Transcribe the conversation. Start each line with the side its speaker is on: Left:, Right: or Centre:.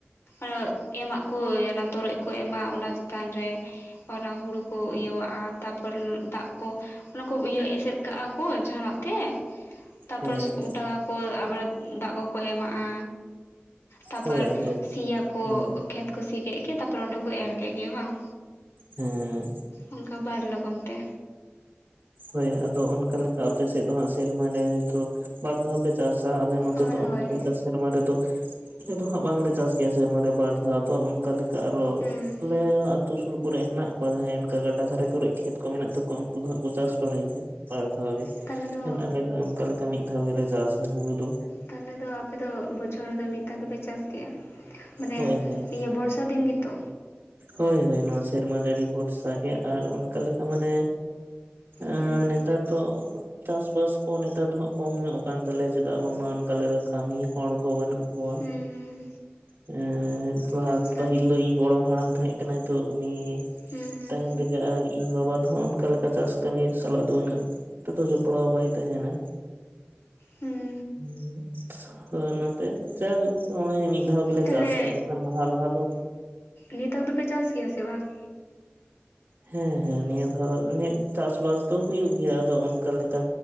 Left: <unintelligible> ᱮᱢᱟᱜ ᱠᱚ, ᱚᱱᱟ ᱛᱚᱨᱚᱡ ᱠᱚ ᱮᱢᱟ ᱚᱱᱟ ᱪᱮᱛᱟᱱ ᱨᱮ᱾ ᱚᱱᱟ ᱦᱩᱲᱩ ᱠᱚ ᱤᱭᱟᱹᱣᱟᱜᱼᱟ᱾ ᱛᱟᱨᱯᱚᱨ ᱫᱟᱜ ᱠᱚ ᱚᱱᱟ ᱠᱚ ᱤᱭᱟᱹ ᱮᱥᱮᱫ ᱠᱟᱜᱼᱟ᱾ <unintelligible> ᱡᱟᱦᱟᱱᱟᱜ ᱛᱮ, ᱛᱟᱯᱚᱨ
Right: ᱦᱮᱸ
Left: ᱚᱴᱟᱜ ᱟᱠᱚ ᱟᱵᱟᱨ ᱫᱟᱜ ᱠᱚᱠᱚ ᱮᱢᱟᱜᱼᱟ᱾ ᱛᱟᱯᱚᱨ
Right: ᱦᱳᱭ ᱟᱫᱚ
Left: ᱥᱤ ᱟᱠᱚ
Right: ᱦᱮᱸ
Left: ᱠᱷᱮᱛᱼᱼ ᱥᱤ ᱠᱮᱫ ᱜᱮ, ᱛᱟᱯᱚᱨᱮ ᱚᱸᱰᱮ ᱠᱚ ᱮᱨ ᱠᱮᱜ ᱜᱮ ᱵᱟᱝ᱾
Right: ᱦᱩᱸ
Left: ᱚᱱᱠᱟ ᱵᱟᱨ ᱨᱚᱠᱚᱢ ᱛᱮ᱾
Right: ᱦᱳᱭ ᱟᱫᱚ ᱚᱱᱠᱟ ᱞᱮᱠᱟ ᱟᱯᱮ ᱥᱮᱫ ᱫᱚ ᱦᱟᱸᱜ, ᱥᱮᱨᱢᱟ ᱨᱮ ᱦᱚᱭᱛᱳ ᱵᱟᱨ ᱫᱷᱟᱣ ᱯᱮᱼᱼ ᱪᱟᱥᱟ᱾ ᱟᱞᱮ ᱱᱚᱛᱮ
Left: ᱪᱟᱥ ᱦᱳᱭ
Right: ᱫᱚ ᱚᱱᱠᱟ
Left: ᱦᱳᱭ
Right: ᱞᱮᱠᱟᱼᱼ ᱥᱮᱨᱢᱟ ᱨᱮᱫᱚ ᱟᱞᱮ ᱫᱚ ᱦᱟᱸᱜ ᱵᱟᱝᱞᱮ ᱪᱟᱥ ᱜᱮᱭᱟ᱾ ᱥᱮᱨᱢᱟ ᱨᱮ ᱵᱟᱨ ᱫᱷᱟᱣ ᱫᱚ ᱚᱱᱠᱟᱼᱼ ᱟᱨᱚ
Left: ᱦᱩᱸ
Right: ᱟᱞᱮ ᱟᱛᱩ ᱥᱩᱨ ᱠᱚᱨᱮ ᱦᱮᱱᱟᱜ ᱠᱚᱣᱟ ᱾ ᱡᱟᱦᱟᱸᱭ ᱚᱱᱠᱟ ᱜᱟᱰᱟ ᱫᱷᱟᱨᱮ ᱠᱚᱨᱮ ᱠᱷᱮᱛ ᱠᱚ ᱢᱮᱱᱟᱜ ᱛᱟᱠᱚ ᱩᱱᱠᱩᱼᱼ ᱩᱱᱠᱩ ᱫᱚ ᱦᱟᱸᱜ ᱠᱚ ᱪᱟᱥ ᱵᱟᱲᱟᱭ ᱜᱮᱭᱟ ᱵᱟᱨ ᱫᱷᱟᱣ ᱜᱮ᱾
Left: ᱛᱟᱦᱚᱞᱮ ᱫᱚ
Right: ᱟᱞᱮ ᱫᱚᱼᱼ ᱚᱠᱟ ᱞᱮᱠᱟ ᱢᱤᱫ ᱫᱷᱟᱣ ᱜᱮᱞᱮ ᱪᱟᱥᱟ ᱦᱩᱲᱩ ᱫᱚ᱾
Left: ᱛᱟᱦᱚᱞᱮ ᱫᱚ ᱟᱯᱮ ᱫᱚ ᱵᱚᱪᱷᱚᱨ ᱨᱮᱫᱚ ᱢᱤᱫ ᱫᱟᱜ <unintelligible> ᱜᱮᱯᱮ ᱪᱟᱥᱼᱼ ᱢᱟᱱᱮ,
Right: ᱦᱳᱭ ᱦᱳᱭ
Left: ᱤᱭᱟᱹ ᱵᱚᱨᱥᱟ ᱫᱤᱱ ᱜᱮᱛᱚ᱾
Right: ᱦᱳᱭ ᱦᱳᱭ ᱱᱚᱣᱟ ᱥᱮᱨᱢᱟ ᱡᱟᱹᱲᱤ ᱵᱷᱚᱨᱥᱟ ᱜᱮ ᱟᱨ ᱚᱱᱠᱟ ᱞᱮᱠᱟ ᱢᱟᱱᱮᱼᱼ ᱮᱸ
Left: ᱦᱩᱸ
Right: ᱱᱮᱛᱟᱨ ᱫᱚᱼᱼ ᱪᱟᱥᱵᱟᱥ ᱠᱚ ᱱᱮᱛᱟᱨ ᱫᱚ ᱦᱟᱜ ᱠᱚᱢ ᱧᱚᱜ ᱠᱟᱱ ᱛᱟᱞᱮᱭᱟ᱾ ᱪᱮᱫᱟᱜ ᱵᱟᱝᱢᱟ ᱚᱱᱠᱟ ᱞᱮᱠᱟ ᱠᱟᱹᱢᱤ ᱦᱚᱲ ᱠᱚ ᱵᱟᱹᱱᱩᱜᱼᱼ ᱠᱚᱣᱟ᱾
Left: ᱦᱩᱸ
Right: ᱦᱮᱸ
Left: ᱟᱪᱪᱷᱟ
Right: <unintelligible> ᱯᱟᱹᱦᱤᱞ ᱫᱚ ᱤᱧ ᱜᱚᱲᱚᱢᱼᱼ ᱦᱟᱲᱟᱢ ᱛᱟᱦᱮᱸ ᱠᱟᱱᱟ ᱛᱚ, ᱩᱱᱤ
Left: ᱦᱩᱸ ᱦᱩᱸ
Right: ᱛᱟᱦᱮᱱ ᱨᱮᱼᱼ ᱟᱨ ᱤᱧ ᱵᱟᱵᱟ ᱫᱚ ᱦᱟᱜ, ᱚᱱᱠᱟ ᱞᱮᱠᱟ ᱪᱟᱥ ᱠᱟᱹᱢᱤ ᱥᱟᱞᱟᱜ ᱫᱚ ᱩᱱᱟᱹᱜ ᱛᱮᱫᱚ ᱡᱚᱯᱲᱟᱣ ᱵᱟᱭ ᱛᱟᱦᱮᱱᱟ᱾
Left: ᱦᱩᱸ
Right: ᱦᱮᱸ <unintelligible> ᱳ ᱚᱱᱟᱛᱮ ᱡᱮ <unintelligible> ᱢᱤᱫ ᱫᱷᱟᱣ ᱜᱮᱞᱮ
Left: ᱛᱟᱦᱚᱞᱮ
Right: ᱪᱟᱥ ᱠᱮ ᱵᱟᱠᱷᱟᱱ ᱞᱟᱦᱟ ᱫᱚᱼᱼ
Left: ᱱᱮᱛᱟᱨ ᱫᱚᱯᱮ ᱪᱟᱥ ᱜᱮᱭᱟ ᱥᱮ ᱵᱟᱝ?
Right: ᱦᱮᱸ, ᱦᱮᱸ ᱱᱤᱭᱟᱹ ᱫᱷᱟᱣ ᱪᱟᱥᱵᱟᱥ ᱫᱚ ᱦᱩᱭᱩᱜ ᱜᱮᱭᱟ᱾ ᱟᱫᱚ ᱚᱱᱠᱟ ᱞᱮᱠᱟᱼᱼ